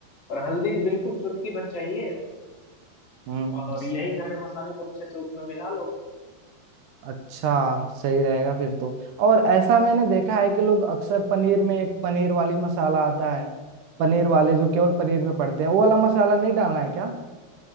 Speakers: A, on the left (about 40°); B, on the right (about 70°).
A: और हल्दी बिल्कुल चुटकी भर चाहिए
B: हम्म
A: और यही सारे मसाले को अच्छे से उसमें मिला लो
B: अच्छा सही रहेगा फिर तो और ऐसा मैंने देखा है कि लोग अक्सर पनीर में एक पनीर वाली मसाला आता है पनीर वाले जो केवल पनीर में पड़ते हैं वो वाला मसाला नहीं डालना है क्या